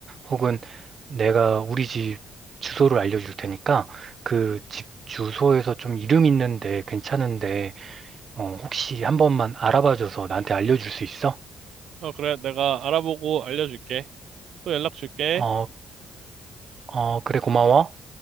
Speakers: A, on the right; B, on the right.
A: 혹은 내가 우리 집 주소를 알려줄 테니까 그 집 주소에서 좀 이름 있는데 괜찮은데 어, 혹시 한 번만 알아봐줘서 나한테 알려줄 수 있어?
B: 어, 그래. 내가 알아보고 알려줄게. 또 연락 줄게.
A: 어, 어, 그래, 고마워.